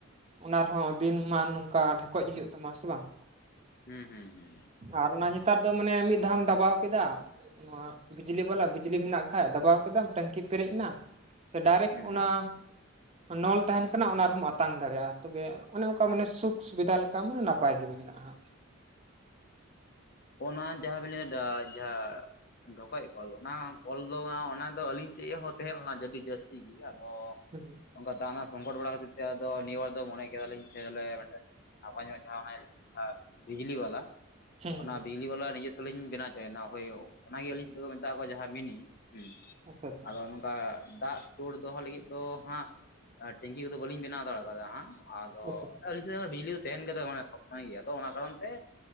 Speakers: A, on the right; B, on the left.
A: ᱚᱱᱟ ᱨᱮᱦᱚᱸ ᱫᱤᱱ ᱢᱟᱱ ᱱᱚᱝᱠᱟ ᱰᱷᱮᱠᱚᱡ ᱦᱩᱭᱩᱜ ᱛᱟᱢᱟ᱾ ᱥᱮ ᱵᱟᱝ?
B: ᱦᱩᱸ ᱦᱩᱸ ᱦᱩᱸ
A: ᱟᱨ ᱚᱱᱟ ᱧᱮᱛᱟᱨ ᱫᱚ ᱢᱟᱱᱮ ᱢᱤᱫ ᱫᱷᱟᱣᱮᱢ ᱫᱟᱵᱟᱣ ᱠᱮᱫᱟ ᱱᱚᱣᱟ ᱵᱤᱡᱽᱞᱤ ᱵᱟᱞᱟ ᱵᱤᱡᱽᱞᱤ ᱢᱮᱱᱟᱜ ᱠᱷᱟ ᱫᱟᱵᱟᱣ ᱠᱮᱫᱟᱢ ᱴᱮᱝᱠᱤ ᱯᱮᱨᱮᱡ ᱮᱱᱟ, ᱥᱮ ᱰᱟᱭᱨᱮᱠᱴ
B: ᱦᱩᱸ
A: ᱚᱱᱟ ᱱᱚᱞ ᱛᱟᱦᱮᱱ ᱠᱟᱱᱟ ᱚᱱᱟ ᱨᱮᱦᱚᱢ ᱟᱛᱟᱝ ᱫᱟᱲᱮᱭᱟᱜᱼᱟ, ᱛᱚᱵᱮ ᱚᱱᱮ ᱚᱝᱠᱟ ᱢᱟᱱᱮ ᱥᱩᱠ ᱥᱩᱵᱤᱫᱷᱟ ᱞᱮᱠᱟ ᱢᱟᱱᱮ ᱱᱟᱯᱟᱭ ᱜᱮ ᱢᱮᱱᱟᱜᱼᱟ ᱦᱟᱜ᱾
B: ᱚᱱᱟ ᱡᱟᱦᱟᱸᱵᱤᱱ ᱞᱟᱹᱭ ᱡᱟᱦᱟᱸ ᱰᱷᱚᱠᱚᱡ ᱠᱚᱞ ᱚᱱᱟ ᱠᱚᱞ ᱫᱚ ᱚᱱᱟ ᱫᱚ ᱟᱹᱞᱤᱧ ᱥᱮᱫ ᱦᱚᱸ ᱛᱟᱦᱮᱸ ᱞᱮᱱᱟ ᱟᱹᱰᱤ ᱡᱟᱹᱥᱛᱤ ᱜᱮ, ᱟᱫᱚ
A: ᱦᱩᱸ
B: ᱚᱱᱠᱟ ᱫᱟᱱᱟ ᱥᱚᱝᱠᱚᱴ ᱵᱟᱲᱟ ᱠᱷᱟᱹᱛᱤᱨ ᱛᱮ ᱟᱫᱚ ᱱᱤᱭᱟᱹ ᱵᱟᱨ ᱫᱚ ᱢᱚᱱᱮ ᱠᱮᱫᱟᱞᱤᱧ ᱥᱮ ᱵᱚᱞᱮ ᱟᱵᱮᱱ ᱴᱷᱮᱜ ᱱᱟᱯᱟᱭ ᱧᱚᱜ ᱡᱟᱦᱟᱸ ᱚᱱᱮ ᱵᱤᱡᱽᱞᱤ ᱵᱟᱞᱟ,
A: ᱦᱩᱸ ᱦᱩᱸ
B: ᱚᱱᱟ ᱵᱤᱡᱞᱤ ᱵᱟᱞᱟ ᱱᱤᱡᱮᱥ ᱞᱤᱧ ᱵᱮᱱᱟᱣ ᱦᱚᱪᱚᱭᱮᱱᱟ ᱦᱳᱭ ᱚᱱᱟᱜᱮ ᱟᱞᱤᱧ ᱥᱮᱫ ᱠᱚ ᱢᱮᱛᱟᱜ ᱠᱚᱣᱟ ᱡᱟᱦᱟᱸ ᱢᱤᱱᱤ ᱦᱮᱸ,
A: ᱟᱪᱪᱷᱟ ᱟᱪᱪᱷᱟ
B: ᱟᱫᱚ ᱱᱚ ᱚᱱᱠᱟ ᱫᱟᱜ ᱥᱛᱳᱲ ᱫᱚᱦᱚ ᱞᱟᱹᱜᱤᱫ ᱫᱚ ᱦᱟᱸᱜ ᱴᱮᱝᱠᱤ ᱠᱚᱫᱚ ᱵᱟᱹᱞᱤᱧ ᱵᱮᱱᱟᱣ ᱫᱟᱲᱮ ᱠᱟᱫᱟ ᱦᱟᱸᱜ᱾ ᱟᱫᱚ
A: ᱟᱪᱪᱷᱟ
B: ᱟᱞᱤᱧ ᱥᱮᱫ ᱵᱤᱡᱞᱤ ᱫᱚ ᱛᱟᱦᱮᱱ ᱠᱟᱛᱮ ᱢᱟᱱᱮ ᱥᱚᱢᱚᱭ ᱜᱮᱭᱟ ᱟᱫᱚ ᱚᱱᱟ ᱠᱟᱨᱚᱱ ᱛᱮ